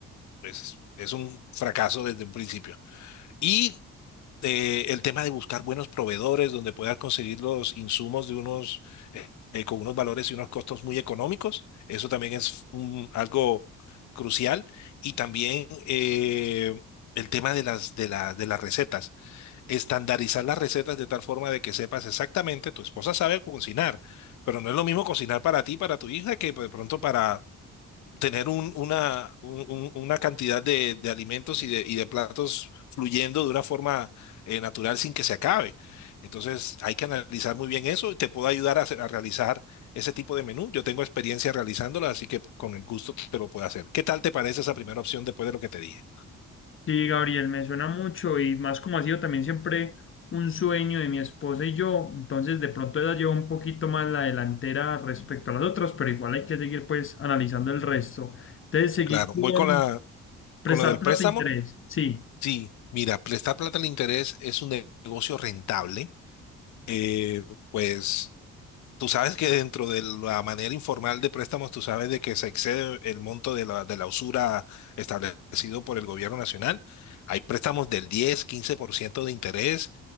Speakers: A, on the left; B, on the left.
A: pues es un fracaso desde un principio. Y eh, el tema de buscar buenos proveedores donde puedas conseguir los insumos de unos eh, con unos valores y unos costos muy económicos. Eso también es un- algo crucial. Y también eh, el tema de las, de la- de las recetas. Estandarizar las recetas de tal forma de que sepas exactamente, tu esposa sabe cocinar, pero no es lo mismo cocinar para ti, para tu hija, que pues, de pronto para, tener un- una, un- un- una cantidad de, de alimentos y de, y de platos fluyendo de una forma eh, natural sin que se acabe. Entonces hay que analizar muy bien eso. y Te puedo ayudar a, hacer- a realizar ese tipo de menú. Yo tengo experiencia realizándolo, así que con el gusto te lo puedo hacer. ¿Qué tal te parece esa primera opción después de lo que te dije?
B: Sí, Gabriel, me suena mucho y más como ha sido también siempre un sueño de mi esposa y yo, entonces de pronto ella lleva un poquito más la delantera respecto a las otras, pero igual hay que seguir pues analizando el resto. Entonces seguí
A: Claro,
B: con
A: voy con la,
B: prestar
A: con lo del
B: plata
A: préstamo.
B: e interés, sí.
A: Sí, mira, prestar plata al interés es un ne- negocio rentable. Eh, pues tú sabes que dentro de la manera informal de préstamos, tú sabes de que se excede el monto de la, de la usura establecido por el gobierno nacional. Hay préstamos del diez, quince por ciento de interés